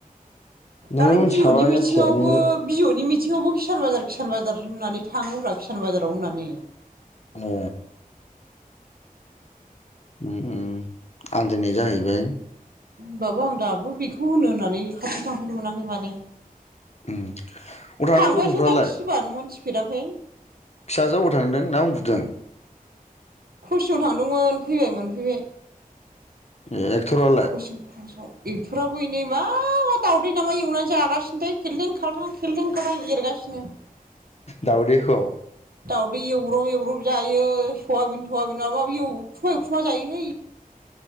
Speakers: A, on the left; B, on the right.
A: नोंबो
B: दालाय
A: मिथिखाबाय
B: बिअनि मिथिङावबो
A: जायखिजाया नोङो
B: बिवनि मिथिङावबो किसान बाजार किसान बाजार होननानै थाङोब्रा किसान बाजाराव होननानै।
A: ए उम उम आन्दायनाय जाहैबाय।
B: होनोमबाबो आं दाबो बेखौ होनो होननानै खाथि थांफेरनो मोनाखै माने।
A: उम अब्ला
B: थांबायसो
A: नों गथ'फ्रालाय
B: दां खिबानो मोनथिफेराखै।
A: फिसाजोआ अबाव थांदों ना उन्दुदों?
B: ख्रसिङाव थांदोंमोन फैबाय मोनफैबाय।
A: ए एखथरा
B: ख्रसिं ख्लासाव एथरा बैनै मा मा दावदै नामा एवनानै जागासिनो थाय खेलदें खालथां खेलदें खालथां एरगासिनो। <unintelligible>
A: दाउदैखौव।
B: दाउदै एवब्रब एवब्रब जायो सयाबिन थवाबिन माबाबो एवखुमा एखुमा जायोहै।